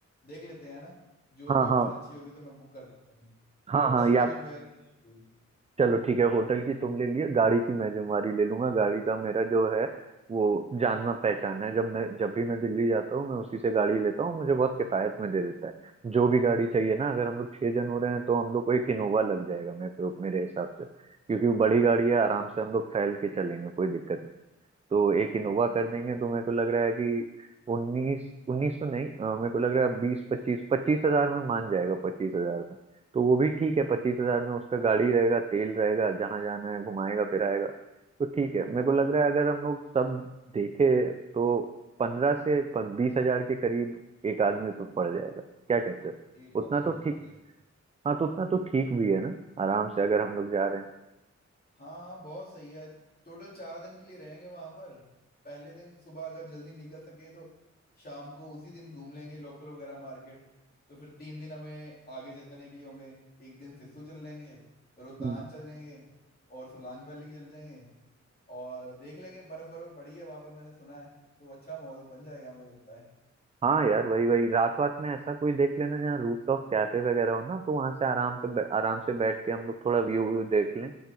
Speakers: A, on the left; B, on the right.
A: देख लेते हैं ना जो
B: हाँ
A: भी ऑप्शन
B: हाँ
A: अच्छी होगी तो मैं बुक कर देता हूँ
B: हाँ
A: होटल
B: हाँ या
A: की जिम्मेवारी मेरी हो गई
B: चलो ठीक है होटल की तुम ले लिए गाड़ी की मैं जिम्मेवारी ले लूंगा गाड़ी का मेरा जो है वो जानना पहचाना है जब मैं जब भी मैं दिल्ली जाता हूँ मैं उसी से गाड़ी लेता हूँ मुझे बहुत किफायत में दे देता है जो भी गाड़ी चाहिए ना अगर हम लोग छह जन हो रहे हैं तो हम लोग को एक इनोवा लग जाएगा मेरे मेरे हिसाब से क्योंकि वो बड़ी गाड़ी है
A: हाँ
B: आराम से हम लोग फैल के चलेंगे कोई दिक्कत नहीं तो एक इनोवा कर
A: एक
B: देंगे तो मेरे को लग रहा है कि उन्नीस उन्नीस तो नहीं अ, मेरे को लग रहा है बीस पच्चीस पच्चीस हजार में मान जाएगा पच्चीस हजार तो वो भी ठीक है पच्चीस हजार में उसका गाड़ी रहेगा तेल रहेगा जहां जाना है घुमाएगा फिराएगा तो ठीक है मेरे को लग रहा है अगर हम लोग सब देखे तो पंद्रह से बीस हजार के करीब एक आदमी पर पड़ जाएगा क्या कहते हो
A: एक
B: उतना
A: आदमी
B: तो
A: में
B: ठीक
A: पड़ जाए
B: हाँ तो उतना तो ठीक भी है ना आराम से अगर हम लोग जा रहे
A: हाँ हाँ बहुत सही है टोटल चार दिन के लिए रहेंगे वहां पर पहले दिन सुबह अगर जल्दी निकल सके तो शाम को उसी दिन घूम लेंगे लोकल वगैरह मार्केट तो फिर तीन दिन हमें आगे जाने के लिए होंगे एक दिन सिस्सू चल लेंगे रोहतांग
B: हैं
A: चल जाएंगे और सोलांग वैली चल जाएंगे और देख लेंगे बर्फ बर्फ पड़ी है वहां पर मैंने सुना है तो अच्छा माहौल बन जाएगा मुझे लगता है
B: हाँ यार वही वही रात रात में ऐसा कोई देख लेना जहाँ रूफटॉप कैफे वगैरह हो ना तो वहां से आराम पे बै- आराम से बैठ के हम लोग थोड़ा व्यू व्यू देख लें